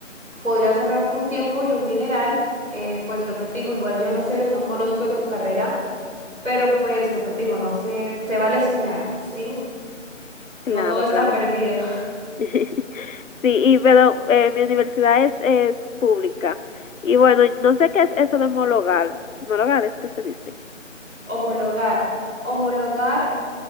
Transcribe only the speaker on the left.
Claro,
claro.
<laughs> Sí, y pero eh, mi universidad es, es pública. Y bueno, no sé qué es eso de homologar. Homologar es que se dice.